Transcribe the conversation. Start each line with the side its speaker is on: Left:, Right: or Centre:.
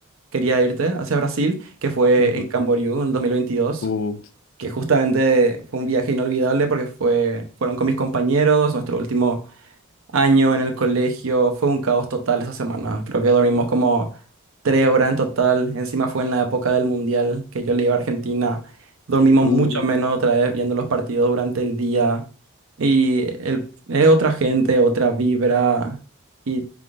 Right: quería irte hacia Brasil, que fue
Left: Ujú.
Right: en Camboriú en 2022,
Left: Uh,
Right: que justamente fue un viaje inolvidable porque fue, fueron con mis compañeros, nuestro último año en el colegio, fue un caos total esa semana, creo que dormimos como tres horas en total, encima fue en la época del Mundial que yo le iba a Argentina, dormimos
Left: uh.
Right: mucho menos otra vez viendo los partidos durante el día y el, es otra gente, otra vibra y